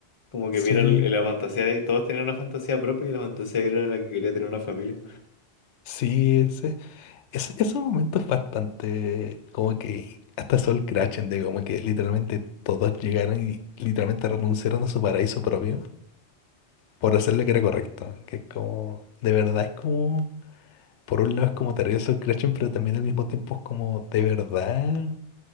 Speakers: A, on the left (about 30°); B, on the left (about 85°).
A: como que
B: sí,
A: viera el la fantasía de todos tenían una fantasía propia y la fantasía de Viral era la que quería tener una familia.
B: sí, ese, ese, ese momento es bastante como que hasta Sol crachen de como que literalmente todos llegaron y literalmente renunciaron a su paraíso propio por hacer lo que era correcto. Que es como, de verdad es como, por un lado es como terrible Sol crachen pero también al mismo tiempo es como de verdad,